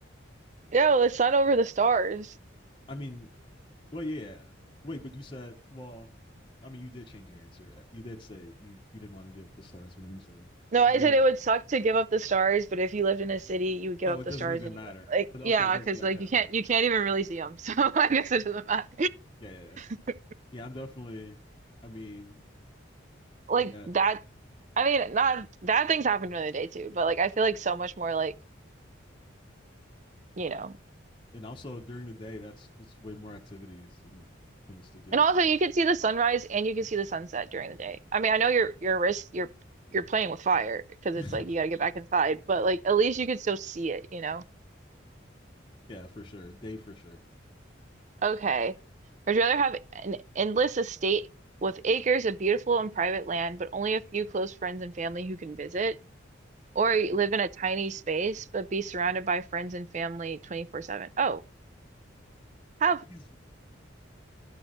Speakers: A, on the right (about 35°); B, on the left (about 25°).
A: Like, no, the sun over the stars.
B: I mean, well, yeah. yeah. Wait, but you said well. I mean, you did change your answer. You did say you you didn't want to give up the stars, but then you said
A: No, I
B: if you
A: said
B: look,
A: it would suck to give up the stars, but if you lived in a city, you would give
B: oh,
A: up
B: it
A: the
B: doesn't
A: stars
B: even
A: anyway.
B: matter.
A: Like,
B: Okay,
A: yeah,
B: it doesn't.
A: because
B: Yeah,
A: like
B: okay,
A: you
B: okay.
A: can't you can't even really see them. <laughs> So I guess it doesn't matter.
B: Yeah, yeah, yeah.
A: <laughs>
B: Yeah, I'm definitely. I mean,
A: Like
B: yeah,
A: that. I mean, not that things happen during the day too, but like I feel like so much more like you know.
B: and also during the day, that's just way more activities and things to do.
A: And also, you can see the sunrise and you can see the sunset during the day. I mean, I know you're you're risk you're you're playing with fire because
B: <laughs>
A: it's like you got to get back inside, but like at least you could still see it, you know?
B: yeah, for sure. Day for sure.
A: Okay. Would you rather have an endless estate with acres of beautiful and private land, but only a few close friends and family who can visit, or live in a tiny space but be surrounded by friends and family 24/7? Oh, have
B: Easy.